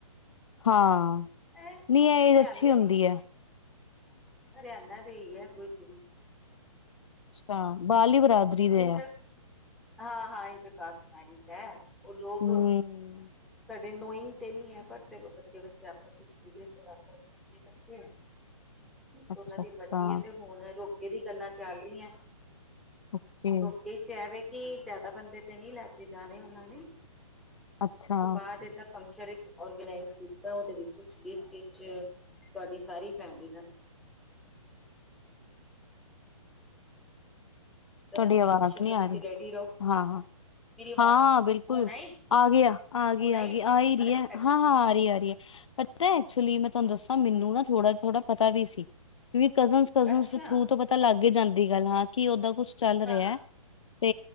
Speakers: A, on the left (about 55°); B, in the centre.
A: ਹਾਂ।
B: ਐ
A: ਨੀ ਇਹ ਏਜ
B: ਹਰਿਆਣੇ
A: ਅੱਛੀ ਹੁੰਦੀ ਐ।
B: ਧਿਆਨਾ ਦੀ ਹੀ ਐ ਕੋਈ ਕੁੜੀ।
A: ਅੱਛਾ ਬਾਹਲੀ ਬਰਾਦਰੀ ਦੇ
B: ਇੰਟਰ
A: ਹੈ
B: ਹਾਂ-ਹਾਂ ਇੰਟਰ ਕਾਸਟ। <unintelligible> ਉਹ ਲੋਗ
A: ਹਮ
B: ਸਾਡੇ ਨੋਇੰਗ ਤੇ ਨੀ ਹੈ ਪਰ ਚਲੋ ਬੱਚੇ ਬੱਚੇ ਆਪਸ ਚ <unintelligible>
A: ਅੱਛਾ
B: ਓਹਨਾਂ ਦੀ
A: ਅੱਛਾ
B: ਮਰਜੀ ਏ ਤੇ ਹੁਣ ਰੋਕੇ ਦੀ ਗੱਲਾਂ ਚੱਲ ਰਹੀਆਂ।
A: ਓਕੇ
B: ਰੋਕੇ ਚ ਐ ਵੇ। ਕੀ ਜੈਦਾ ਬੰਦੇ ਤੇ ਨਈ ਲੈ ਕੇ ਜਾਨੇ ਓਹਨਾਂ ਨੇ?
A: ਅੱਛਾ।
B: ਉਸ ਤੋਂ ਬਾਅਦ ਇੱਧਰ ਫੰਕਸ਼ਨ ਚ ਓਰਗਨਾਈਜ ਕੀਤਾ ਓਹਦੇ ਵਿੱਚ ਓਸ ਲਿਸਟ ਚ ਤੁਹਾਡੀ ਸਾਰੀ ਫੈਮਿਲੀ ਦਾ <unintelligible> ਕਰਨਗੇ
A: ਤੁਹਾਡੀ ਆਵਾਜ਼
B: ਫੰਕਸ਼ਨ ਤੇ
A: ਨੀ
B: ਤੁਸੀਂ
A: ਆ ਰੀ
B: ਰੈਡੀ ਰਹੋ
A: ਹਾਂ ਹਾਂ।
B: ਮੇਰੀ ਆਵਾਜ਼
A: ਹਾਂ ਬਿਲਕੁਲ
B: ਹੁਣ ਆਈ
A: ਆ ਗਿਆ ਆ ਗਿਆ
B: ਹੁਣ ਆਈ
A: ਆ ਗਈ ਆ ਈ ਰਈ
B: ਅੱਛਾ
A: ਏ
B: ਅੱਛਾ
A: ਹਾਂ ਹਾਂ ਆ ਰੀ ਆ ਰੀ ਏ। ਪਤਾ ਐਕਚੁਲੀ ਮੈਂ ਤੁਹਾਨੂੰ ਦੱਸਾਂ ਮੈਨੂੰ ਨਾ ਥੋੜਾ ਥੋੜਾ ਪਤਾ ਵੀ ਸੀ। ਕਿਉਕਿ ਕਜ਼ਨ-ਕਜ਼ਨ
B: ਅੱਛਾ
A: ਦੇ ਥਰੂ ਤੋਂ ਪਤਾ ਲੱਗ ਹੀ ਜਾਂਦੀ ਗੱਲ ਹਾਂ ਕੀ ਓਹਦਾ ਕੁਛ ਚੱਲ
B: ਹਾਂ
A: ਰਿਹਾ
B: ਹਾਂ
A: ਤੇ